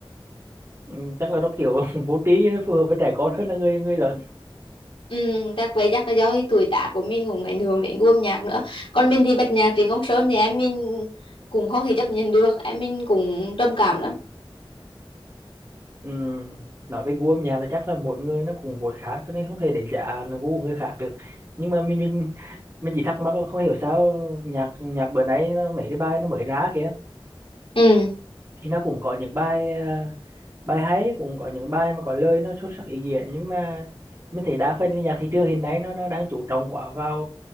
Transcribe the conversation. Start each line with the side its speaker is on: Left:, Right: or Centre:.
Right: ừ, chắc là nó kiểu <laughs> vô trí nó phù hợp với trẻ con hơn là người người lớn
Left: Ừm, chắc vậy chắc là do cái tuổi tác của mình cũng ảnh hưởng đến gu âm nhạc nữa còn mình thì bật nhạc Trịnh Công Sơn thì em mình cũng không thể chấp nhận được em mình cũng trầm cảm lắm
Right: ừ, nói về gu âm nhạc thì chắc là mỗi người nó cũng mỗi khác cho nên không thể đánh giá là gu của người khác được nhưng mà mình mình mình chỉ thắc mắc là không hiểu sao nhạc nhạc bữa nay nó, mấy cái bài nó mới ra kìa
Left: ừ
Right: thì nó cũng có những bài ờ, bài hay cũng có những bài mà có lời nó sâu sắc ý nghĩa nhưng mà mình thấy đa phần cái nhạc thị trường hiện nay nó nó đang chú trọng quá vào